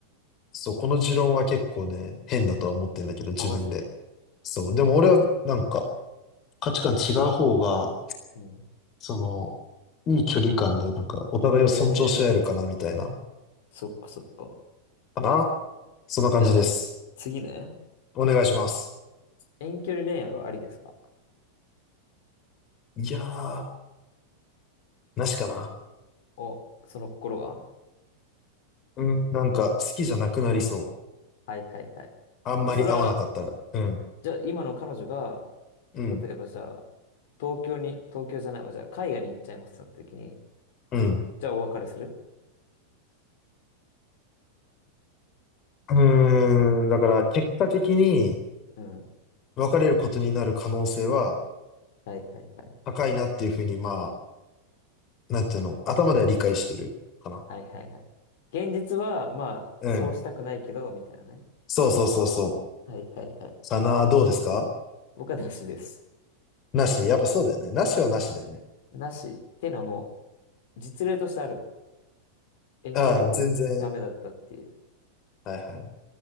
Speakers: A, on the left; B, on the left.
A: そう、この持論は結構ね、変だとは思ってんだけど、
B: うんうん。
A: 自分で。
B: あ、マジで。
A: そう、でも俺はなんか、価値観違う方が、
B: うん。
A: その、いい距離感で、なんか、お互いを尊重し合えるかな、
B: ええ
A: みたいな。
B: ー、そっかそっか。
A: かなそんな感じです。
B: じゃあ、次ね。
A: お願いします。
B: 遠距離恋愛はありですか
A: いやー、なしかな。
B: お、その心は
A: うん、なんか、好きじゃなくなりそ
B: はいはいはい。
A: う。あんまり合わなかったら。
B: もうそれは
A: うん、
B: じゃあ、今の彼女が、
A: うん、
B: 例えばじゃあ、東京に、東京じゃないわ、じゃあ、海外に行っちゃいますってなった時に、
A: うん。
B: じゃあ、お別れする
A: うーん、だから、結果的に
B: うん。
A: 別れることになる可能性は
B: はいはいはい。
A: 高いなっていうふうに、まあ、なんていうの、頭では理解してるかな。
B: はいはいはい。現実は、まあ、
A: うん。
B: そうしたくないけど、みたいなね。
A: そうそうそうそ
B: はいはいはい。
A: う。かな、どうですか
B: 僕はなしです。
A: なし、やっぱそうだよね。なしはなしだよね。
B: なし。ってのはもう、実例としてある。遠距離がおダメだったっていう。
A: ああ、全然。はいはい。